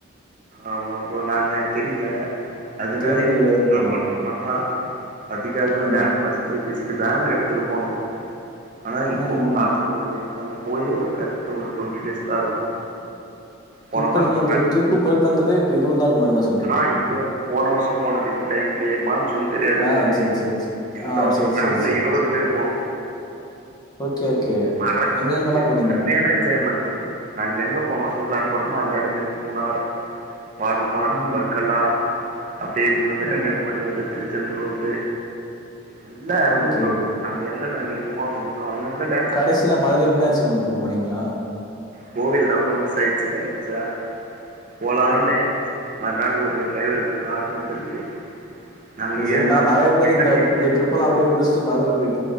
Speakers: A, on the right (about 40°); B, on the left (about 20°).
A: ஆமா ஃப்ரோ நாங்க தெரில அதுனாலயே
B: தேனி வழியாவே
A: யோசுச்சம்னா
B: போலாம்.
A: பண்ணோனா அதுக்காகவே
B: ம்,
A: வேன் ஃபஸ்ட்லயே பேசிட்டு வேன் எடுத்துட்டு போனோ ஆனா இப்பப்ப
B: ம், ம்.
A: லாஸ்ட்டு ஒரு நாங்க போயே ஒரு கரெக்ட்டா ஒரு டுவொண்ட்டி டேஸ் தா இருக்கு போன
B: இப்ப
A: மந்த்
B: நீங்க இந்த ட்ரிப்பு போயிட்டு வந்ததே இருவது நாள் முன்னாடிதாஸ்
A: ஆனா இது வந்து போன வருஷம் போனது இந்த டைம்லயே மான்சூன்னு தெரியாது எங்களுக்கு
B: ஆ சரி, சரி, சரி.
A: இந்த
B: ஆ
A: வருஷோ
B: சரி,
A: வேன்ல
B: சரி, சரி.
A: இருவது பேரு போணோ
B: ஓகே ஓகே
A: மறக்கவே
B: எங்கெங்கலாம்
A: முடியாது
B: போனீங்க?
A: சரியான என்ஜாய்மெண்ட்டு நாங்க எங்க போன வருஷோ பிளேன் போட்டமோ அந்த எடமே மூணாற் வாகமான்
B: ம்,
A: வர்கல்லா அப்டி இப்டி வந்து கன்னியாகுமர்
B: ம்.
A: ரி வந்து திருச்செந்தூர் வந்து எல்லா எடமும்
B: ஓகே,
A: ஃப்ரோ
B: ஓகே.
A: நம்ம எங்க நெனைக்குறமோ அங்க நிக்குறோ அங்கங்க டே
B: கடைசில மதுரை மீனாட்சி அம்மன் கோவில் போனீங்களா
A: கோவில் தாம் ஃப்ரோ மிஸ் ஆயிடுச்சு கடைக்சா போலான்னு
B: ஓ
A: மறுநாள் ஒரு டிரைவருக்கு ஒரு ஆர்டரு வந்துருக்கு நாங்க
B: பேசுங்க
A: ஏழு
B: ஏன்னா
A: நாள்
B: நறையா
A: போனோ ப்ரோ
B: பேரு இந்த
A: ட்ரிப்பு
B: இந்த ட்ரிப்பெல்லா அப்டியே முடுச்சுட்டு மதுர போயிட்